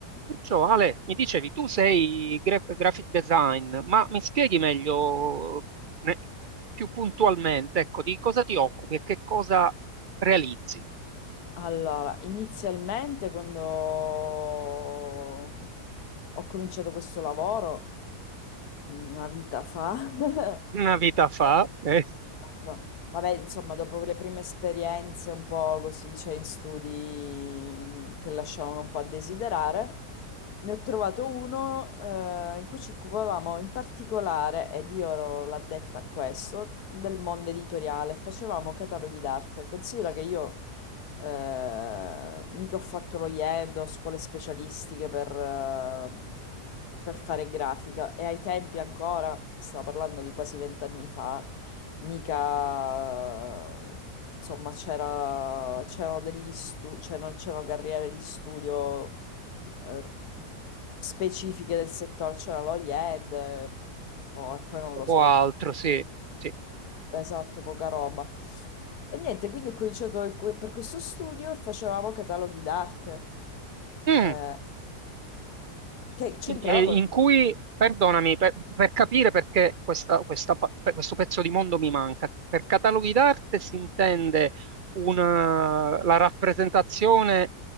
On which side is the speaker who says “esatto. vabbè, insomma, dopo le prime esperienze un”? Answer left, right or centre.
Left